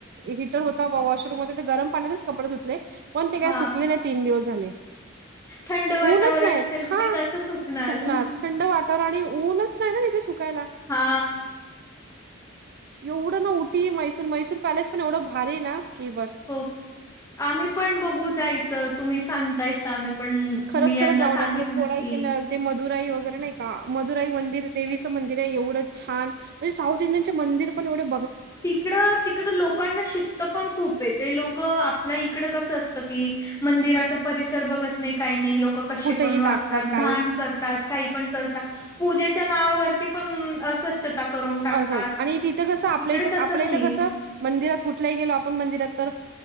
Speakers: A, on the right; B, on the left.
A: हीटर होता वॉशरूम होते गरम पाण्यातच कपडे धुतले पण ते काय
B: हां.
A: सुकले नाही तीन दिवस झाले
B: थंड वातावरण
A: ऊनच नाही
B: असेल
A: हा
B: तर ते कसं सुकणार?
A: सुकली हा थंड वातावरण तिकडे ऊनच नाही ना सुकवायला
B: हा
A: एवढं ना उठीी मैसूर मैसूर पॅलेस पण एवढं भारी ना की बस
B: हो आम्ही पण बघू जायचं तुम्ही सांगताय मी पण
A: खरंच
B: मी यांना
A: खरंच जाऊन
B: सांगेन
A: या परत
B: ना
A: कोडाई
B: की
A: कॅनल ते मदुराई वगैर नाही का मदुराई मंदिर तेवी व छण इ मरण
B: तिकड तिकड लोकांना शिस्त पण खूप आहे ते लोक इकड कस असत की मंदिराचा परसर बघत नाही काही नाही लक क
A: कुठेही
B: पणतात
A: टाकतात काही
B: घाण करतात काही पण करतात पूजेच्या नावावर पण करून टाकतात.
A: असं आणि तिथं कसं आपल्या
B: तिकडे
A: इथं
B: तसं
A: आपल्या
B: नाही
A: इथं कसं मंदिरात कुठल्याही गेलो आपण मंदिरात तर